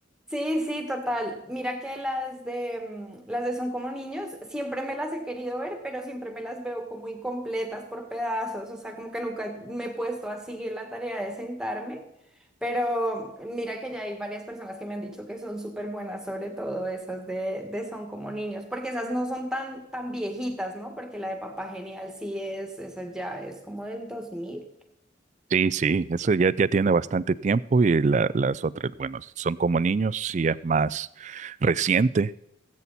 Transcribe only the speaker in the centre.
Sí, sí, total. Mira que las de mm, las de Son como niños, siempre me las he querido ver, pero siempre me las veo como incompletas por pedazos, o sea, como que nunca me he puesto a seguir la tarea de sentarme, pero mira que ya hay varias personas que me han dicho que son súper buenas, sobre todo esas de, de Son como niños, porque esas no son tan, tan viejitas, ¿no? Porque la de Papá Genial sí es, esa ya es como del 2000.